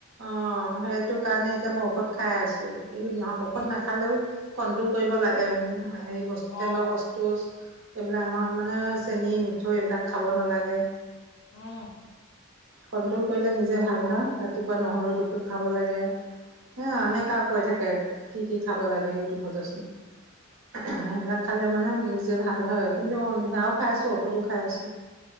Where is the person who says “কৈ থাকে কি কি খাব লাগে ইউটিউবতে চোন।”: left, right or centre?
Right